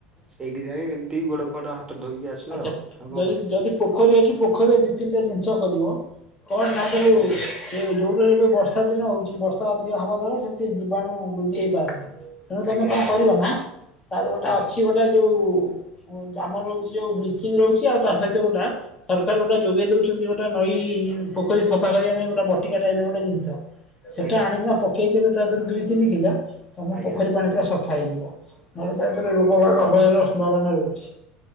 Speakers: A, on the right; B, on the left.
A: ହେଇଠି ଯାଇ ଏମିତି ଗୋଡ ଫୋଡ ହାତ ଧୋଇକି ଆସୁ
B: ଆଚ୍ଛା
A: ଆଉ। ଆଉ କଣ
B: ଯଦି
A: କରେ?
B: ଯଦି ପୋଖରୀ ଅଛି, ପୋଖରୀରେ ଦି ତିନିଟା ଜିନିଷ କରିବ। କଣ ନା ଯୋଉ
A: ଆଜ୍ଞା
B: ସେ ଯୋଉବେଳେ ଏବେ ବର୍ଷା ଦିନ ହଉଛି ବର୍ଷା ଅଧିକ ହବା ଦ୍ଵାରା ସେଥିରେ ଜୀବାଣୁ ବୃଦ୍ଧି ହେଇପାରନ୍ତି। ତେଣୁ ତମେ
A: ଆଜ୍ଞା
B: କଣ
A: ଆଜ୍ଞା।
B: କରିବ ନା, ତାର ଗୋଟା
A: ଆଜ୍ଞା
B: ଅଛି ଗୋଟା ଯୋଉ ଜାମା ରହୁଛି ଯୋଉ ବ୍ଲିଚିଂ ରହୁଛି ଆଉ ତା ସହିତ ଗୋଟା ସରକାର ଗୋଟା ଯୋଗେଇ ଦଉଛନ୍ତି ଗୋଟା ନଈ ପୋଖରୀ ସଫା କରିବା ପାଇଁ ଗୋଟେ ବଟିକା ଟାଇପର ଗୋଟେ ଜିନିଷ। ସେଟା
A: ଆଜ୍ଞା
B: ଆଣିକିନା ପକେଇଦେଲେ ତା ଦେହରୁ ଦିଇ ତିନି କିଲ୍ଲ, ତମ
A: ଆଜ୍ଞା
B: ପୋଖରୀ ପାଣି ପୁରା ସଫା ହେଇଯିବ। <unintelligible>
A: ଆଜ୍ଞା।
B: ରୋଗ ବାଗ ହବାର ସମ୍ଭାବନା ରହୁଛି।